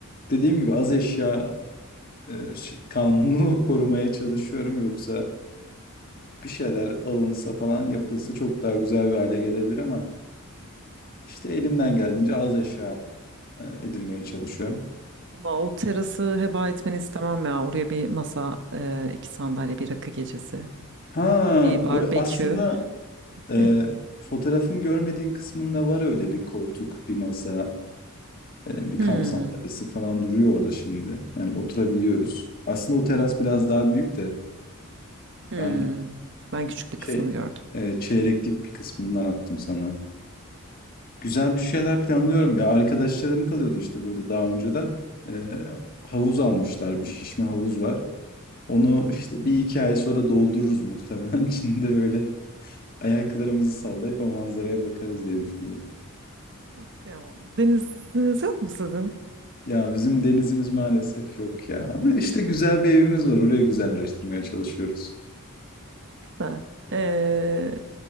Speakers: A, on the left; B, on the right.
A: dediğim gibi az eşya e, ş- kanunu <laughs> korumaya çalışıyorum. Yoksa bir şeyler alınsa falan yapılsa çok daha güzel bir hale gelebilir ama işte elimden geldiğince az eşya e, edinmeye çalışıyorum.
B: Ama o terası heba etmeni istemem ya. Oraya bir masa, e, iki sandalye, bir rakı gecesi,
A: Ha,
B: bir barbekü.
A: ö- aslında e,
B: <laughs>
A: fotoğrafın görmediğin kısmında var öyle bir koltuk, bir masa, e, bir
B: Hmm.
A: kamp sandalyesi falan duruyor orada şimdi. Yani oturabiliyoruz. Aslında o teras biraz daha büyük de
B: Hmm.
A: ben
B: Ben küçük bir
A: şey
B: kısmını gördüm.
A: e, çeyreklik bir kısmından attım sana. Güzel bir şeyler planlıyorum ya. Arkadaşlarım kalıyordu işte burada daha önceden. E, havuz almışlar, bir şişme havuz var. Onu işte bir iki ay sonra doldururuz muhtemelen. <laughs> Şimdi böyle Ayaklarımızı sallayıp o manzaraya bakarız diye düşünüyorum.
B: Ah kıyamam. Deniziniz yok mu sizin?
A: Ya bizim denizimiz maalesef yok ya. Ama işte güzel bir evimiz var. Orayı güzelleştirmeye çalışıyoruz.
B: Güzel. Ee,